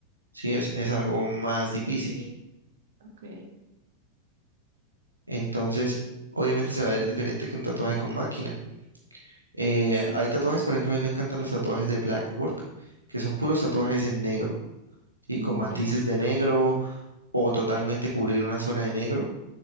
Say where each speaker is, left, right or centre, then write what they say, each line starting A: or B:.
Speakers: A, on the right; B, on the right.
A: sí, es, es algo más difícil.
B: Ujú. Ok,
A: Entonces, obviamente se va a ver diferente que un tatuaje con máquina. Eh,
B: sí,
A: hay tatuajes, por ejemplo, a mí me encantan los tatuajes de Blackwork, que son puros tatuajes en negro, y
B: mm,
A: Con matices
B: ya,
A: de negro o totalmente cubrir una zona de negro.